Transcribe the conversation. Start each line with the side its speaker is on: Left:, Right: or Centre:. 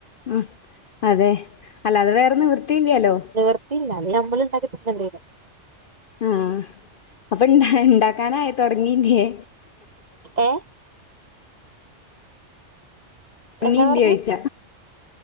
Left: ഉം അതെ അല്ലാതെ വേറേ നിവൃത്തിയില്ലല്ലോ.
Right: നിവർത്തിയില്ല. അല്ലെങ്കിൽ നമ്മളൾ ഉണ്ടാക്കി തിന്നേണ്ടി വരും.
Left: ആഹ്. അപ്പൊ ഇണ്ടാ, ഉണ്ടാക്കാനായി തുടങ്ങിയില്ലേ.
Right: ഏ
Left: അണില്
Right: എന്താ പറഞ്ഞെ
Left: ആഴ്ച്ച